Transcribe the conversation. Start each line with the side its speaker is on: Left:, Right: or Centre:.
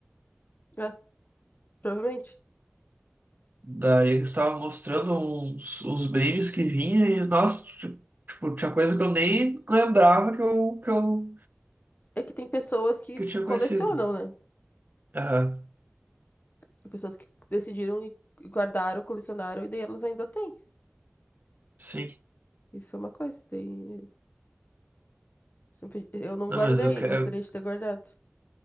Left: É, provavelmente.
Right: Daí eles estavam mostrando uns, uns brindes que vinha e, nossa, ti- tipo, tinha coisa que eu nem lembrava que eu, que eu
Left: É que tem pessoas que
Right: que
Left: f-
Right: eu tinha
Left: colecionam,
Right: conhecido.
Left: né?
Right: Ah,
Left: Tem pessoas que decidiram e e guardaram, colecionaram, e daí elas ainda têm.
Right: sim.
Left: Isso é uma coisa. Daí... sempre- Eu não
Right: Não,
Left: guardei,
Right: mas eu quero.
Left: eu gostaria de ter guardado.